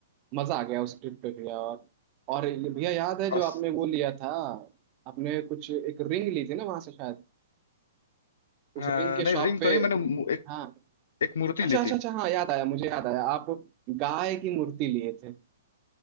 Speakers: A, on the right (about 30°); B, on the left (about 70°).
A: मजा आ गया उस ट्रिप पे भैया और और ये भैया याद है
B: थे
A: जो आपने वो लिया था आपने कुछ एक रिंग ली थी ना वहां से शायद उस
B: अ,
A: रिंग के
B: नहीं
A: शॉप
B: रिंग
A: पे
B: तो नहीं मैंने मु- एक
A: हाँ
B: एक मूर्ति
A: अच्छा
B: ली
A: अच्छा
B: थी
A: अच्छा हाँ याद आया मुझे याद आया आप गाय की मूर्ति लिए थे